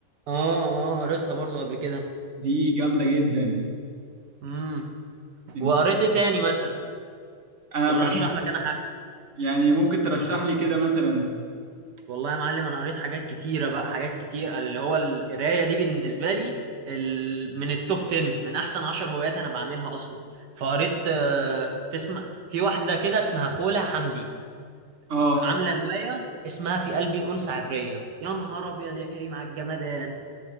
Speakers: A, on the right (about 65°); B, on the right (about 45°).
A: اه اه قريتها برضو قبل كده
B: دي جامده جدا
A: امم
B: انت-
A: وقريت ايه تاني مثلا
B: انا
A: ولا
B: بحب
A: رشح لك انا حاجه
B: يعني ممكن ترشح لي كده مثلا
A: والله يا معلم انا قريت حاجات كتيره بقى حاجات كتير اللي هو القرايه دي بالنسبه لي ال... من التوب 10 من احسن 10 هوايات انا بعملها اصلا فقريت آه، تسمع في واحده كده اسمها خوله حمدي
B: اه
A: عامله روايه اسمها في قلبي انثى عبريه يا نهار ابيض يا كريم على الجمدان